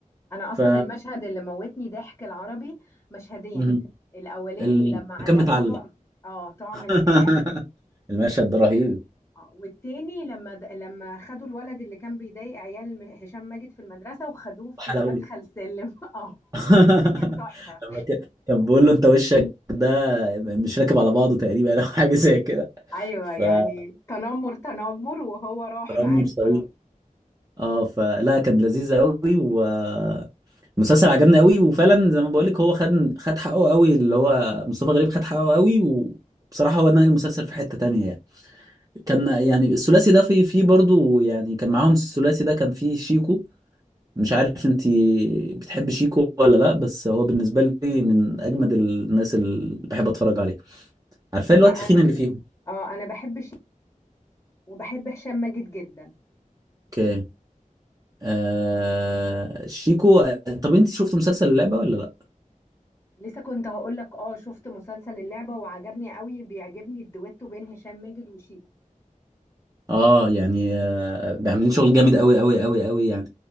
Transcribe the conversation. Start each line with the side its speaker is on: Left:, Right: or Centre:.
Left: انا اصلا
Right: ف
Left: المشهد اللي موتني ضحك العربي مشهدين
Right: مم.
Left: الاولاني
Right: ال...
Left: لما علقوه
Right: كان متعلق
Left: طعم اه طعم
Right: <laughs>
Left: للقاع
Right: المشهد ده رهيب
Left: اه والتاني لما د- لما خدوا الولد اللي كان بيضايق عيال م- هشام ماجد في المدرسة وخدوه في
Right: حلقه
Left: مدخل
Right: اولى
Left: سلم <laughs> اه
Right: <laughs>
Left: ده كان تحفة
Right: لما ك- كان بيقول له انت وشك ده مش راكب على بعضه تقريبا او حاجه زي كده
Left: ايوه
Right: فرامي
Left: يعني تنمر تنمر وهو راح معاه
Right: مرسلين
Left: بصراحة
Right: اه فلا كان لذيذ قوي والمسلسل عجبني قوي وفعلا زي ما بقول لك هو خد خد حقه قوي اللي هو مصطفى غريب خد حقه قوي وبصراحة هو نقل المسلسل في حتة تانية يعني كان يعني الثلاثي ده في في برضه يعني كان معاهم الثلاثي ده كان فيه شيكو مش عارف انت بتحب شيكو ولا لا بس هو بالنسبة لي من اجمد الناس اللي بحب اتفرج عليه عارفاه اللي
Left: لا
Right: هو
Left: أنا-
Right: التخين اللي فيهم
Left: اه انا بحب ش... وبحب هشام ماجد جدا
Right: اوكي آه شيكو طب انت شفت مسلسل اللعبة ولا لا
Left: لسه كنت هقول لك اه شفت مسلسل اللعبة وعجبني قوي بيعجبني الدويتو بين هشام ماجد وشيكو
Right: اه يعني آه عاملين شغل جامد قوي قوي قوي قوي يعني